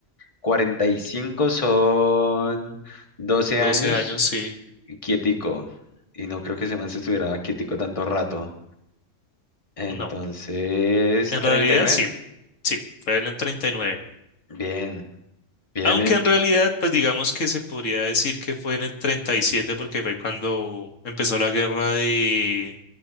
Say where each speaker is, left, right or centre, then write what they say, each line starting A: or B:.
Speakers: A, on the left (about 25°); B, on the left (about 80°).
A: cuarenta y cinco son doce
B: doce
A: años.
B: años, sí,
A: quietico. Y no creo que ese man se estuviera quietico tanto rato. Entonces,
B: no. En
A: treinta
B: realidad,
A: y nueve
B: sí, sí, fue en el treinta y nueve
A: Bien, bien,
B: Aunque
A: bien.
B: en realidad, pues digamos que se podría decir que fue en el 37 porque fue cuando empezó la guerra de